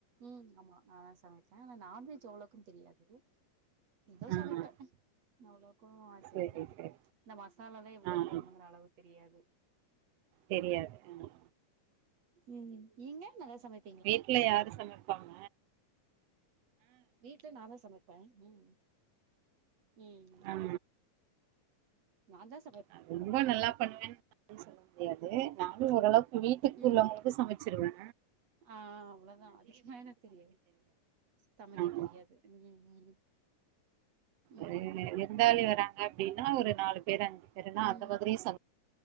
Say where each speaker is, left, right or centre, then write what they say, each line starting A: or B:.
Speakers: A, on the right (about 50°); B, on the right (about 75°).
A: ம் ஆமா நா தா சமப்பெ ஆனா நான்வெஜ் அவ்ளோக்கா தெரியாது ஏதோ
B: ஆ
A: சமப்பே அவ்ளோக்கோ தெரியாது
B: செரி செரி
A: இந்த மசாலா எலா எவ்ளோ
B: ஆ
A: போடணுங்கற
B: ஆ
A: அளவு தெரியாது
B: தெரியாது அ
A: ம் நீங்க நல்லா சமப்
B: வீட்ல யாரு சமப்பாங்க
A: வீட்ல நாந்தா சமப்பே ம் ம்
B: ஆ
A: நான்தாஸ்
B: அது ரொம்ப நல்லா பண்ணுவன் னு சொல்ல முடியாது நானு ஓரளவுக்கு
A: ம்
B: வீட்டுக்குள்ளவங்களுக்கு
A: ம்
B: சமச்சிருவே
A: ஆ அவ்ளொ தா அதிகமா எனக் தெரியாது சமைக்கத்
B: ஆமா
A: தெரியாது ம் ம் ம்
B: அ விருந்தாளி வராங்க அப்டின்னா ஒரு நாலு பேரு அஞ்சு பேருன்னா
A: ம்
B: அந்த மாதிரியு சமப்